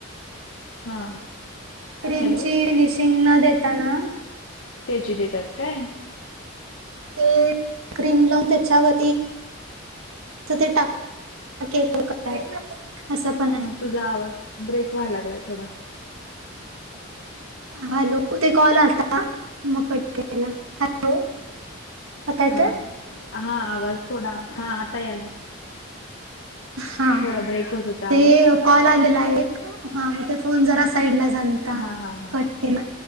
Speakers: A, on the left; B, on the right.
A: हा.
B: रिंगची
A: हॅलो
B: फिनिशिंग न देताना.
A: त्याची देतात काय.
B: ते क्रीम लावून त्याच्यावर ते टाक. <inaudible> असं पण
A: हा
B: आहे.
A: तुझा आवाज ब्रेक व्हायला लागलाय थोडा
B: हॅलो ते कॉल आलता म कट केला. हॅलो आता येतोय?
A: हा ह हा आवाज थोडा हा आता याला
B: हा
A: थोडा ब्रेक होत होता
B: ते
A: आवाज
B: कॉल आलेला एक. हा. मग ते फोन जरा साईड ला झालता.
A: हा हा हा
B: कट केला.